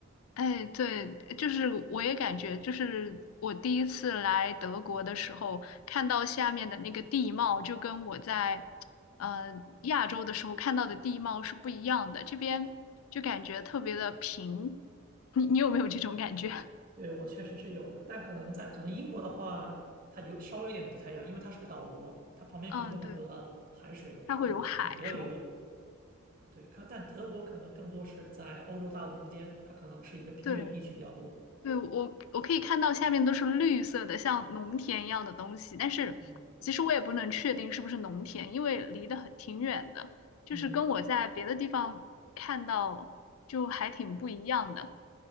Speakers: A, on the left; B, on the right.
A: 哎，对，就是我也感觉，就是我第一次来德国的时候，看到下面的那个地貌，就跟我在呃亚洲的时候看到的地貌是不一样的。这边就感觉特别的平，你你有没有这种感觉？<laughs>
B: 对，我确实是有的，但可能在可能英国的话，它有稍微有点不太一样，因为它是个岛国，它旁边可能有很多的海水，
A: 嗯，对，它会有海，
B: 有河有河流。
A: 是吗？
B: 对，可但德国可能更多是在欧洲大陆中间，它可能是一个平原地区比较多。
A: 对。对，我我可以看到下面都是绿色的，像农田一样的东西，但是其实我也不能确定是不是农田，
B: 嗯
A: 因为离得很挺远的，就是跟我在别的地方看到就还挺不一样的。
B: 嗯，